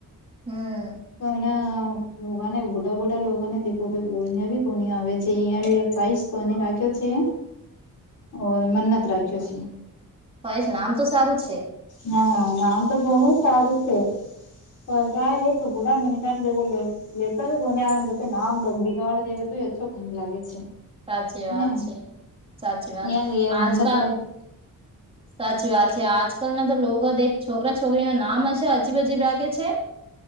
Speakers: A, on the right; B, on the left.
A: હમ
B: પણ લોગા ને બોડા ભોટ લોગને દેખ બોઈને ભી કો આવે છે ઈય લીય ખવ્વાઇશ કોને રાખ્યો છે.
A: હ
B: ઓર મન્નત રાખ્યો છ
A: ખાહાઈશ નામ તો સારું જ છે.
B: ના નામ તો ઘણું સારું છે. પર કા એ તો બુડા મનેકા દે કો લે લેતા કોને આવે ને પચે નામ બ બીગાડ દેવે તોઇ ઓચ્છો કોને લાગે છે.
A: સાચી વાત
B: ને
A: છે, સાચી વાત
B: ત્યાં
A: છે,
B: લઈએ
A: આજકાલ
B: મન્નત રાખી
A: સાચી વાત છે આજકાલના તો લોકો જ એક છોકરા છોકરી ના નામ હશે અજીબ અજીબ રાખે છે. <inaudible>